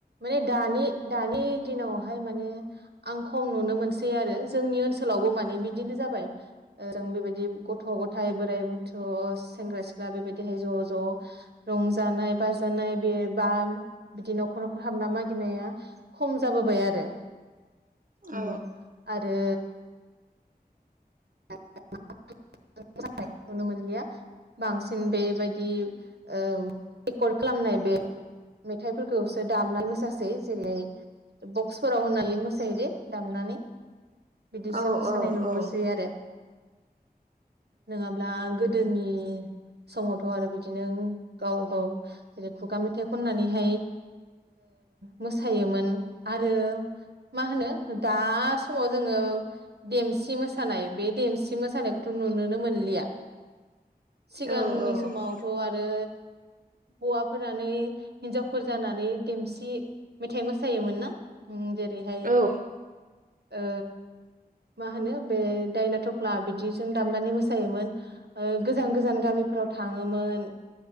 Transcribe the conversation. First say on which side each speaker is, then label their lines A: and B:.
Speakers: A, on the right; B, on the right.
A: माने दानि दानि दिनाव हाय माने आं खम नुनो मोनसै आरो जोंनि ओनसोलावबो बिदिनो जाबाय ओ जों बेबायदि गथ' गथाय बोराय बु थ' सेंग्रा सिख्ला बेबायदिहाय ज' ज' रंजानाय बाजानाय बे बा बिदि न'खर न'खर हाबना मागिनाया खम जाबोबाय आरो ओम
B: औ
A: आरो <unintelligible> नुनो मोनलिया बांसिन बेबायदि ओ रेकर्ड खालामनाय बे मेथाइफोरखौसो दामनानै मोसासै जेरैहाय बक्सफोराव होननानै मोसायो दे दामनानै बिदिसो
B: औ
A: मोसानाय
B: औ
A: नुबोसै आरो नङाब्ला गोदोनि समावथ' आरो बिदिनो गाव गाव जेरै खुगा मेथाइ खननानैहाय मोसायोमोन आरो मा होनो दा समाव जोङो देमसि मोसानाय बे देमसि सि मोसानायखौथ' नुुनोनो मोनलिया। सिगांनि
B: औ औ
A: समावथ' आरो हौवाफोरानो हिन्जावफोर जानानै देमसि मेथाइ मोसायोमोन ना ओरैहाय
B: औ
A: ओ मा होनो बे दायना थ ला बिदि जों दामनानै मोसायोमोन। गोजान गोजान गामिफोराव थाङोमोन।